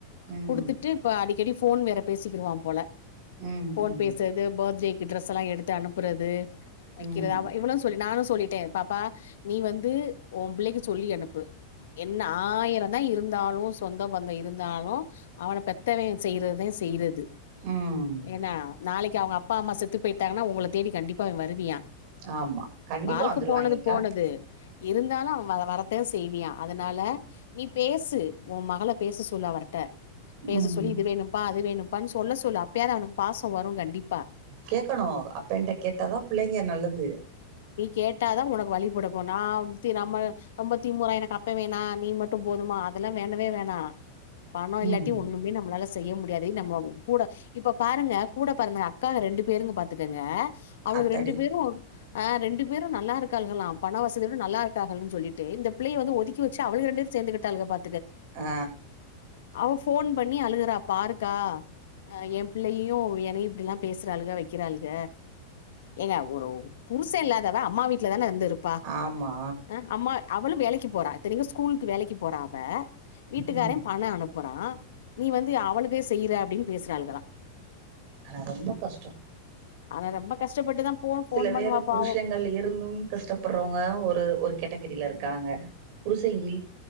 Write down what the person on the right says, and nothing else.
ம்
ம்
ம்
ம்
ம்
ஆமா கண்டிப்பா
வந்துருவாய்ங்கக்கா
ம்
கேக்கணு அப்பன்ட்ட கேட்டாதா புள்ளைக்கு நல்லது
ம்
அத்தாடி
ஆ
ஆமா
ம்
ஆனா ரொம்ப கஷ்டம்
சில
பேரு புருஷங்கள்
இருந்தும் கஷ்டப்படுறவங்க ஒரு ஒரு கேட்டகரியில இருக்காங்க புருச இல்